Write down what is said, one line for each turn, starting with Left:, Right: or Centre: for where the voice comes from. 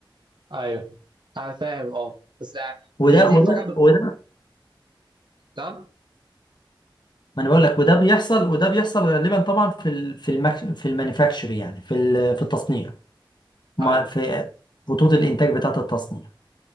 Right: ايوه انا فاهم اه بس
Left: وده
Right: دي دي
Left: وده
Right: حاجه بت...
Left: وده
Right: نعم
Left: ما انا بقول لك وده بيحصل وده بيحصل غالبا طبعا في ال- في المك... في المانيفاكتشر يعني في ال- في التصنيع ما
Right: ايوه
Left: في خطوط الانتاج بتاعة التصنيع